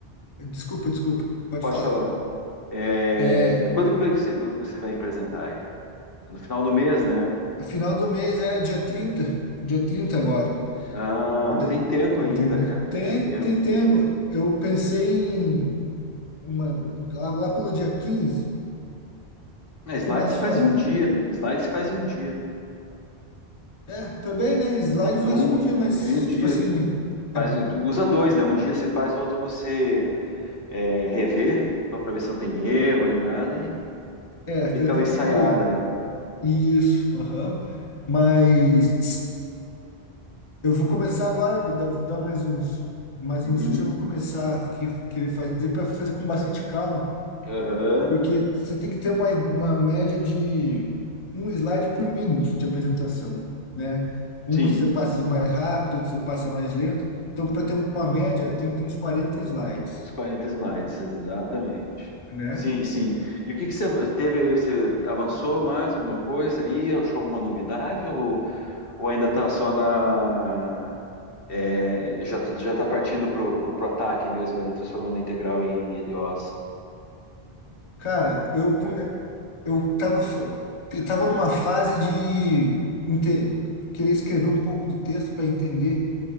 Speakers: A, on the left; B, on the left.
A: desculpa, desculpa, pode
B: pode
A: falar.
B: falar. É...
A: É,
B: Quando que vai- você, você vai apresentar ele? É no final do mês, né?
A: final do mês é dia 30, dia 30 agora.
B: Ah,
A: De-
B: tem tempo ainda,
A: Entendeu?
B: cara.
A: Tem,
B: Tem tempo,
A: tem tempo.
B: tem.
A: Eu pensei em uma, lá, lá pelo dia 15
B: Na
A: eu
B: slide
A: começo
B: se faz
A: a fazer.
B: em um dia. Em slide se faz em um dia.
A: É, também, né? Slide
B: Então,
A: eu
B: Em
A: faço
B: um,
A: um dia, mas,
B: em um dia.
A: tipo assim,
B: Faz,
A: é,
B: usa dois, né? Um dia você faz, o outro você é, rever, só para ver se não tem erro nem nada. E,
A: é,
B: e aquela
A: eu tenho
B: ensaiada,
A: que.
B: né?
A: Isso, aham. Mas eu vou começar agora, vou dar vou dar mais uns, mais
B: Uhum,
A: uns dias, já vou começar a que, querer fazer para fazer com bastante calma,
B: aham.
A: Porque você tem que ter uma, uma média de um slide por minuto de apresentação, né? Uma
B: Sim,
A: você passa mais rápido, outra você passa mais lento. Então, para ter uma média, tem que ter uns 40 slides,
B: os 40 slides, exatamente.
A: né?
B: Sim, sim. E o que que você teve aí? Você avançou mais alguma coisa aí? Achou alguma novidade? Ou, ou ainda está só na É, já tá- já está partindo pro, pro, pro ataque mesmo ali, transformando a integral em EDOs.
A: Cara, eu come... eu tava fa- eu tava numa fase de inte- querer escrever um pouco do texto para entender